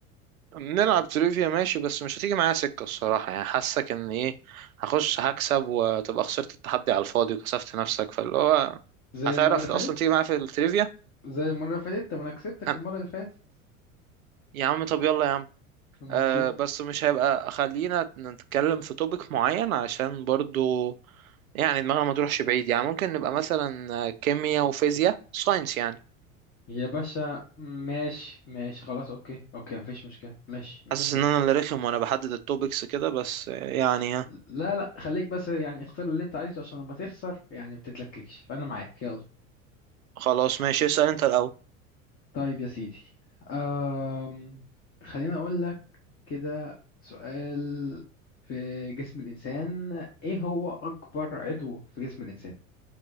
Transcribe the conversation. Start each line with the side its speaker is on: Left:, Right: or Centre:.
Right: نلعب تريفيا ماشي بس مش هتيجي معايا سكة الصراحة يعني حاسك ان ايه هخش هكسب وتبقى خسرت التحدي على الفاضي وكسفت نفسك فاللي هو
Left: زي
Right: هتعرف
Left: المرة اللي
Right: اصلا
Left: فاتت
Right: تيجي معايا في التريفيا
Left: زي المرة اللي فاتت طب أنا كسبتك
Right: أنا.
Left: المرة اللي فاتت
Right: يا عم طب يلا يا عم
Left: أما
Right: آه
Left: نشوف
Right: بس مش هيبقى خلينا نتكلم في توبيك معين عشان برضو يعني دماغنا ما تروحش بعيد يعني ممكن نبقى مثلا كيمياء وفيزياء ساينس يعني
Left: يا باشا ماشي ماشي خلاص أوكي أوكي مفيش مشكلة ماشي ماشي
Right: حاسس ان
Left: يلا.
Right: انا اللي رخم وانا بحدد التوبكس كده بس يعني ها
Left: لا لا خليك بس يعني اختار اللي أنت عايزه عشان لما تخسر يعني ما تتلككش فأنا معاك يلا
Right: خلاص ماشي اسأل انت الاول
Left: طيب يا سيدي أم... خليني أقول لك كده سؤال في جسم الإنسان إيه هو أكبر عضو في جسم الإنسان؟